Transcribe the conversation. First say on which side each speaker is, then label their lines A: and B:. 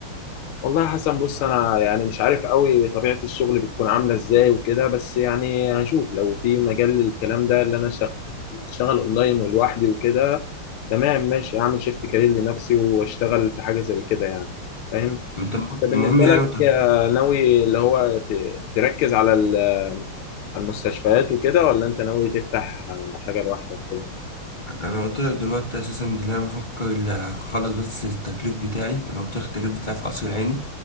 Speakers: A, on the left; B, on the left.
A: والله يا حسن بص أنا يعني مش عارف قوي طبيعة الشغل بتكون عاملة إزاي وكده بس يعني هشوف لو في مجال للكلام ده اللي أنا شغ- شغال أونلاين ولوحدي وكده تمام ماشي أعمل شيفت كارير لنفسي وأشتغل في حاجة زي كده يعني فاهم
B: انت
A: انت
B: المهم
A: بالنسبه
B: يعني
A: لك
B: انت
A: آه، ناوي اللي هو ت- تركز على ال- على المستشفيات وكده ولا انت ناوي تفتح آه، حاجه لوحدك كده
B: انا قلت لك دلوقتي اساسا ان انا بفكر ال- اخلص بس التكليف بتاعي انا قلت لك التكليف بتاعي في قصر العيني